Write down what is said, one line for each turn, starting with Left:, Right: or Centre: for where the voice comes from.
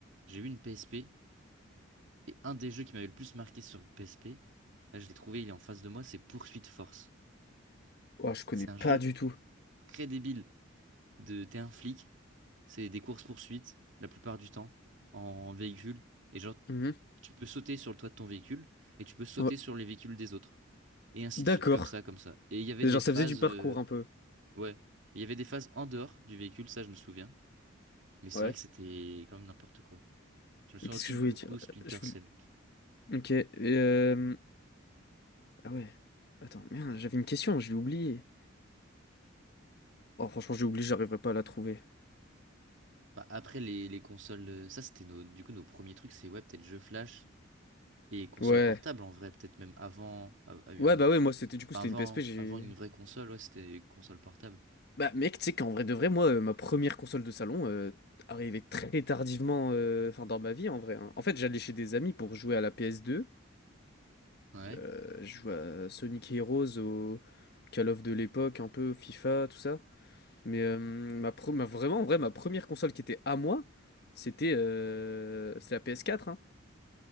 Right: j'ai eu une PSP. Et un des jeux qui m'avait le plus marqué sur PSP, là je l'ai trouvé, il est en face de moi, c'est Poursuite Force.
Left: Oh je connais
Right: C'est
Left: pas
Right: un jeu
Left: du tout.
Right: très débile. De, t'es un flic, c'est des courses-poursuites la plupart du temps en véhicule. Et genre,
Left: Mhm.
Right: tu peux sauter sur le toit de ton véhicule et tu peux sauter
Left: Ouais.
Right: sur les véhicules des autres. Et ainsi
Left: D'accord.
Right: de suite, comme ça, comme ça. Et il y avait
Left: Genre
Right: des phases,
Left: ça faisait du parcours
Right: euh,
Left: un peu.
Right: ouais, il y avait des phases en dehors du véhicule, ça je me souviens. Mais c'est
Left: Ouais.
Right: vrai que c'était quand même n'importe quoi. Je me souviens
Left: Mais qu'est-ce
Right: aussi
Left: que je
Right: de
Left: voulais
Right: beaucoup
Left: dire?
Right: Splinter
Left: Euh, Je voulais
Right: Cell.
Left: OK. et, euh, Ah ouais. Attends, merde, j'avais une question, je l'ai oubliée. Oh franchement, j'ai oublié, j'arriverai pas à la trouver.
Right: Enfin, après les, les consoles, euh, ça c'était nos, du coup nos premiers trucs, c'est ouais, peut-être jeux flash et consoles
Left: Ouais.
Right: portables en vrai, peut-être même avant, av- avant,
Left: Ouais, bah ouais, moi c'était du coup
Right: avant,
Left: c'était une PSP, j'ai
Right: avant une vraie console, ouais, c'était console portable.
Left: Bah mec, tu sais qu'en vrai de vrai, moi, euh, ma première console de salon euh, arrivait très tardivement, euh, enfin dans ma vie en vrai. hein. En fait, j'allais chez des amis pour jouer à la PS2.
Right: Ouais.
Left: Euh, je jouais à Sonic Heroes, au Call of de l'époque, un peu FIFA, tout ça. Mais euh, ma, pre- ma- vraiment, en vrai, ma première console qui était à moi, c'était euh, c'est la PS4. hein.